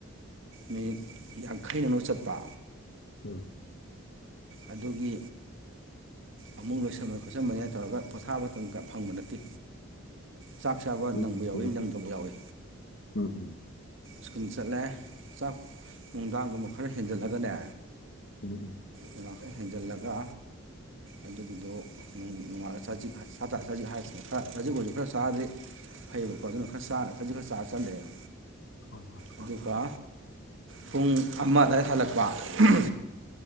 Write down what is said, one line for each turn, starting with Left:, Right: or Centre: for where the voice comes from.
Right: ꯃꯤꯅꯤꯠ ꯌꯥꯡꯈꯩ ꯅꯪꯅꯕ ꯆꯠꯄ
Left: ꯎꯝ
Right: ꯑꯗꯨꯒꯤ ꯑꯃꯨꯛ ꯂꯣꯏꯁꯟꯕ ꯈꯣꯠꯁꯟꯕꯅꯦ ꯇꯧꯔꯒ ꯄꯣꯠꯊꯥꯕ ꯃꯇꯝꯒ ꯐꯪꯕ ꯅꯠꯇꯦ ꯆꯥꯛ ꯆꯥꯕ
Left: ꯍꯣꯏꯅꯦ
Right: ꯅꯪꯕ
Left: ꯑꯗꯨꯕꯨꯗꯤ
Right: ꯌꯥꯎꯋꯤ ꯅꯪꯗꯕ ꯌꯥꯎꯋꯤ
Left: ꯎꯝ ꯎꯝ
Right: ꯁ꯭ꯀꯨꯜ ꯆꯠꯂꯦ ꯆꯥꯛ ꯅꯨꯡꯗꯥꯡꯒꯨꯝꯕ ꯈꯔ ꯍꯦꯟꯖꯜꯂꯒꯅꯦ
Left: ꯎꯝ ꯎꯝ
Right: ꯅꯨꯡꯗꯥꯡ ꯈꯔ ꯍꯦꯟꯖꯜꯂꯒ ꯑꯗꯨꯒꯤꯗꯣ ꯅꯣꯡ ꯉꯥꯜꯂꯒ ꯆꯖꯤꯛ ꯆꯖꯤꯛ ꯍꯥꯏ ꯆꯖꯤꯛ ꯑꯣꯏꯁꯨ ꯈꯔ ꯆꯔꯗꯤ ꯐꯩꯌꯦꯕꯀꯣ ꯑꯗꯨꯅ ꯈꯔ ꯆꯥꯔ ꯆꯖꯤꯛ ꯈꯔ ꯆꯥꯔ ꯆꯠꯂꯦꯕ
Left: ꯍꯣꯏ
Right: ꯑꯗꯨꯒ ꯄꯨꯡ ꯑꯃ ꯑꯗꯋꯥꯏ ꯍꯜꯂꯛꯄ ꯍꯣꯏ